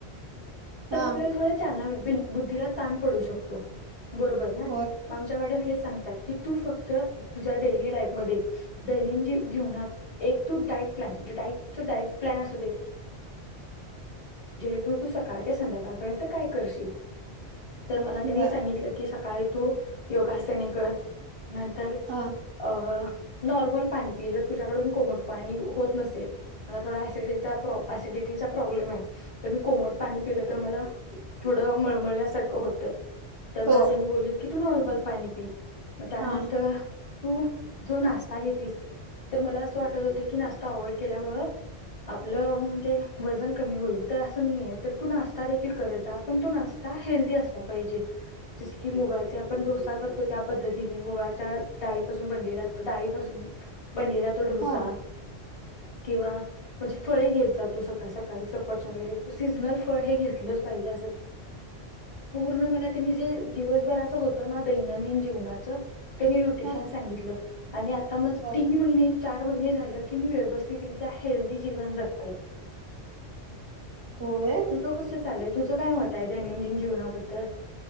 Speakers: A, on the left; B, on the right.
A: तर
B: हा
A: आपल्याला थोड्या चालना बुद्धीला ताण पडू शकतो बरोबर ना
B: होय
A: मड हे सात क तू फक्त तुझ्या डेली लाईफ म दन जीवनात तू डाट प्लणेल ए ज सकाळ ते संध्याकाळपर्यंत काय करशील तर मला त्यांनी
B: बर
A: सांगितलं की सकाळी तू योगासने कर नंतर
B: हा
A: अ नॉर्मल पाणी पि जर तुझ्याकडून कोमट पाणी होत नसेल मला थोडािडिडट प्रॉब्लेम आहे तर मी कोमट पाणी पिलं तर मला थोड मळमळ यासारखं होतय तर मला
B: हो
A: त्यांनी बोललीत की तू नॉर्मल पाणी पी मग त्यानंतर
B: हा
A: तू जो नाश्ता घेेतस तर मला असं वाटत होतं की नाश्ता अवॉइड केल्यामु आपलं म्हणजे वजन कमी होईल तर असं नाहीय तर तू नाश्ता देखील करत जा पण तो नाश जसं की हेल्दी असला पाहिजे जसे की आपण मुगाचा डोसा तो त्या पद्धतीने मुगाच्या डाळीपासून बनलेल्या डाळीपासून बनलेला तो ढोसा
B: हा
A: किंवा म्हणजे फळे घेत जातो सकाळ सकाळी सपरच वगैरे सीजनल फळ हे घेतलंच पाहिजे अस पूर्ण म दिवभ होत दैनंदिन जीवनाच त्यांनी रुटेशन
B: हा
A: सांगितलं आणि आता माझ
B: बर
A: तीन महिने चार महिने झाल की मी व्यवस्थितरित्या हेल्दीी जीवन जगते
B: होय.
A: तुझ कस चाललय तुझ काय मत आहे दैनंदिन जीवनाबद्दल.